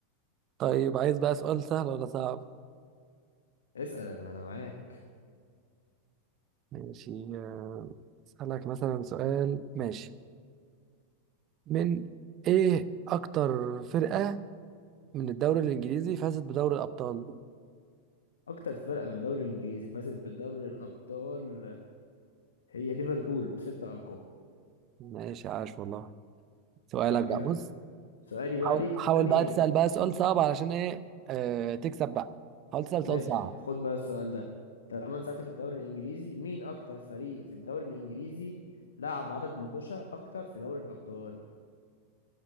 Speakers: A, on the right; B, on the left.
A: طيب عايز بقى سؤال سهل ولا صعب
B: اسأل انا أنا معاك
A: ماشي آه، اسالك مثلا سؤال ماشي من ايه اكتر فرقه من الدوري الانجليزي فازت بدوري الابطال
B: اكتر فرقة من الدوري الانجليزي فازت بدوري الابطال هي ليفربول بستة القاب
A: ماشي عاش والله سؤالك
B: صح كده
A: بقى بص
B: سؤالي بقى
A: حاول
B: ليك
A: حاول
B: انهي
A: بقى تسأل بقى سؤال صعب علشان ايه آه تكسب بقى حاول تسأل
B: ماشي
A: سؤال صعب
B: خد بقى السؤال ده طالما أنت سألت في الدوري الانجليزي مين اكتر فريق في الدوري الانجليزي لعب عدد متوشة اكتر في دوري الابطال